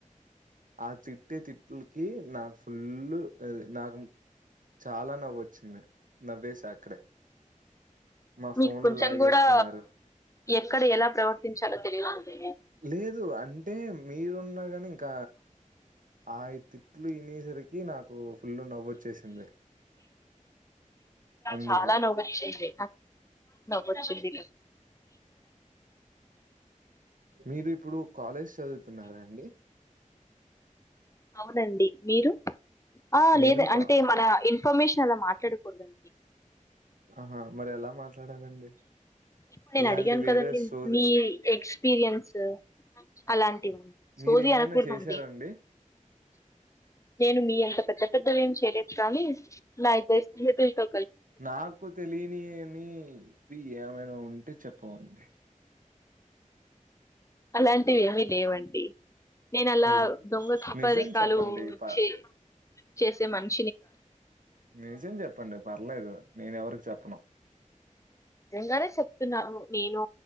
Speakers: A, on the right; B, on the left.
A: ఆ తిట్టె తిట్లుకి నాకు ఫుల్, <unintelligible> నాకు చాలా నవ్వొచ్చింది, నవ్వేేశా అక్కడే. మా
B: మీకు
A: ఫోన్
B: కొంచెం
A: లాగేసుకున్నారు
B: కూడా, ఎక్కడ ఎలా ప్రవర్తించాలో తెలియదుందె
A: లేదు అంటే మీరున్న గని ఇంక ఆయ్తి తిట్లు వినేసరికి నాకు ఫుల్ నవ్వొచ్చేసింది. అందుకు
B: చాలా నవ్వొచ్చింది వచ్చింది
A: మీరిప్పుడు కాలేజ్ చదువుతున్నారా అండి.
B: అవునండి మీరు ఆ
A: నేను
B: లేద
A: కా
B: అంటే మన ఇన్ఫర్మేషన్ అలా మాట్లాడకూదండి
A: ఆహా మరెలా మాట్లాడాలండి.
B: ఇప్పుడు నేను
A: ఇలాంటి
B: అడిగాను కదండి,
A: వేరే సోది
B: మీ ఎక్స్పీరియన్స్ అలాంటివన్
A: మీరు
B: సోది
A: ఏమైనా
B: అనకూడదండి
A: చేశారండి?
B: నేను మీ అంత పెద్ద పెద్దవి ఏం చేయలేదు కానీ, నా ఇద్దరి స్నేహితుల్తొ
A: నాకు తెలియనిని వి ఏమైనా ఉంటే చెప్పవండి.
B: అలాంటివి ఏవి లేవండి నేనలా
A: నిజ్
B: దొంగ తప్పదికాలు
A: నిజం చెప్పండి. ప
B: చే చేసే మన్
A: నిజం చెప్పండి పర్లేదు, నేనెవరికి చెప్పను.
B: నిజంగానే చెప్తున్నాను నేను